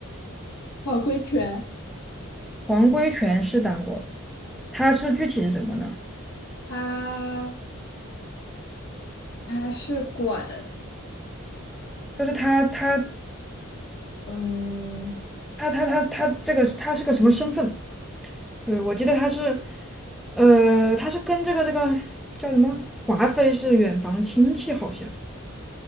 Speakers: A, on the left (about 50°); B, in the centre.
A: 好规全。
B: 黄规全是当过，他是具体是什么呢？
A: 他他是管，
B: 就是他他
A: 嗯，
B: 他他他他这个他是个什么身份？呃，我记得他是，呃，他是跟这个这个叫什么华妃是远房亲戚，好像。